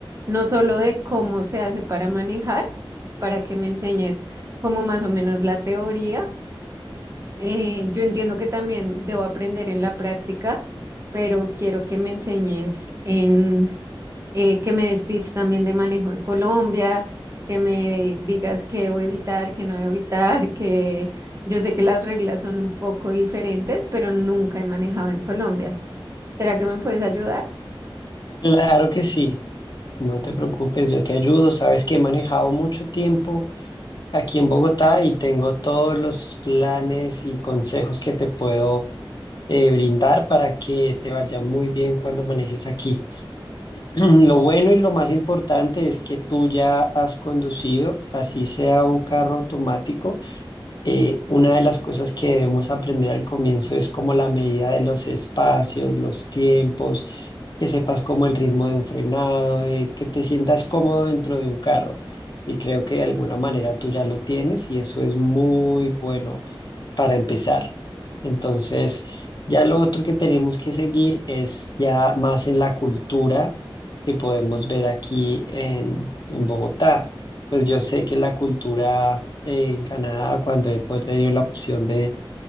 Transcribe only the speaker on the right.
no solo de cómo se hace para manejar, para que me enseñes como más o menos la teoría. Eh, yo entiendo que también debo aprender en la práctica, pero quiero que me enseñes en eh, que me des tips también de manejo en Colombia, que me digas qué debo evitar, qué no debo evitar, que yo sé que las reglas son un poco diferentes, pero nunca he manejado en Colombia. ¿Será que me puedes ayudar?